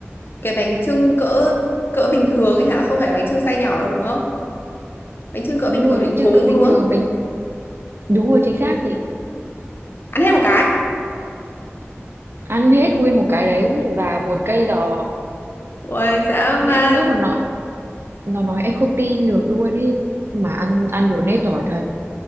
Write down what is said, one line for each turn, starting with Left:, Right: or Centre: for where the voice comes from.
Left: cái bánh chưng cỡ cỡ bình thường ấy hả không phải là bánh chưng size nhỏ đâu đúng không bánh chưng cỡ
Right: đúng
Left: bình
Right: rồi
Left: thường để
Right: bánh chưng
Left: cúng
Right: cỡ bình
Left: đúng không
Right: thường bánh đúng rồi chính xác chị
Left: ăn hết một cái
Right: ăn hết nguyên một cái đấy và một cây giò
Left: ôi dã man
Right: nghĩa lúc mà nó nó nói em không tin được luôn ý mà ăn ăn đồ nếp giỏi thật